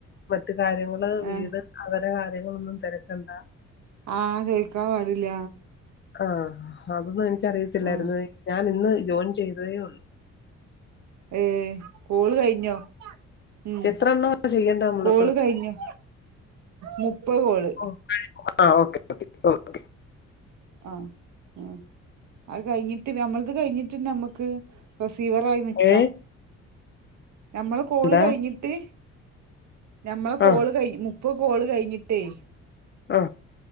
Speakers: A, on the left; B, on the right.
A: മറ്റ് കാര്യങ്ങള് വീട്
B: ആഹ്
A: അവ കാര്യങ്ങളൊന്നും തിരക്കണ്ട.
B: ആ ചോദിക്കാൻ പാടില്ല.
A: ആ അതൊന്നും എനിക്കറിയത്തില്ലായിരുന്നു
B: ആഹ്
A: ഞാൻ ഇന്ന് ജോയിൻ ചെയ്തതേ ഉള്ളു.
B: ഏ കോള് കഴിഞ്ഞോ? ഉം
A: എത്ര എണ്ണമാ ചെയ്യേണ്ടേ നമ്മള്
B: കോള് കഴിഞ്ഞു. മുപ്പതോള്
A: ഓ ആ ഓക്കെ ഓക്കെ ഓക്കെ.
B: ആ ഉ അത് കഴിഞ്ഞിട്ട് നമ്മളത് കഴിഞ്ഞിട്ട് നമ്മക്ക് റി സിവറായി
A: ഓക്കെ
B: നിക്കാ നമ്മള കോള്
A: എന്താ
B: കഴിഞ്ഞിട്ട് ഞമ്മളെ കോള്
A: ആ
B: കഴി മുപ്പത് കോള് കഴിഞ്ഞിട്ടെയ്
A: ആ